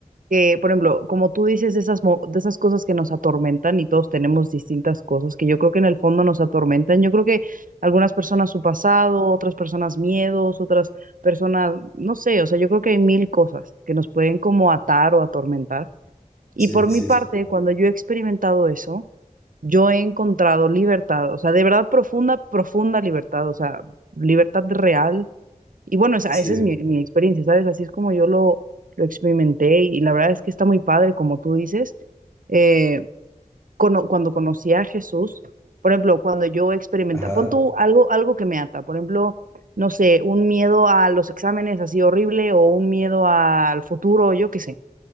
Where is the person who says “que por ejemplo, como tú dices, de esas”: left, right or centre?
Right